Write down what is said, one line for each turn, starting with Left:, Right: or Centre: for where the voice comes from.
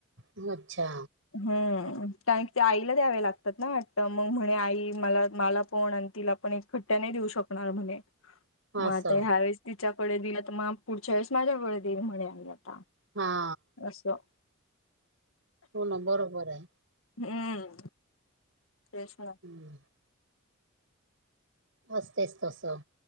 Right: मग अच्छा
Left: हम्म, कारण ते आईला द्यावे लागतात ना, वाटतं. मग म्हणे, आई, मला, मला कोण तिला पण एक खट्ट्या नाही देऊ शकणार म्हणे, मग
Right: असं.
Left: आता ह्यावेळेस तिच्याकडे दिल तर, मग पुढच्या वेळेस माझ्याकडे देईल, म्हणे, आम्ही आता.
Right: हा.
Left: असं.
Right: हो ना, बरोबर आहे.
Left: हम्म. तेच ना.
Right: <unintelligible> असतेच तसं,